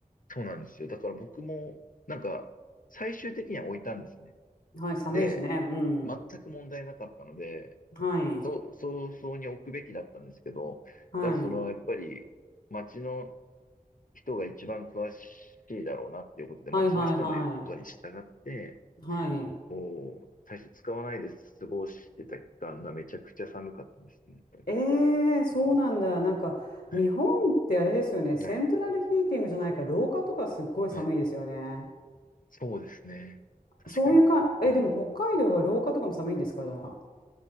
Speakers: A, on the left; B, on the left.
A: そうなんですよ。だから僕も、なんか、最終的には置いたんですね。
B: はい、寒いしね。
A: で、
B: うん。
A: 全く問題なかったので、
B: はい。
A: そう、早々に置くべきだったんですけど、
B: はい。
A: だからその、やっぱり、街の人が一番詳しいだろうなっていうことで、町の人の言うことに従って、
B: はいはいはい。はい。
A: こう、最初使わないで過ごしてた期間がめちゃくちゃ寒かったんですね、やっぱり。
B: ええそうなんだ。
A: うん
B: なんか、
A: はい、
B: 日本ってあれですよね。セントラルヒーティングじゃないから、
A: はい、
B: 廊下とかすっごい寒いですよね。
A: はい。そうですね。確かに。
B: そういうか、え、
A: うん。
B: でも北海道は廊下とかも寒いんですか、じゃあ。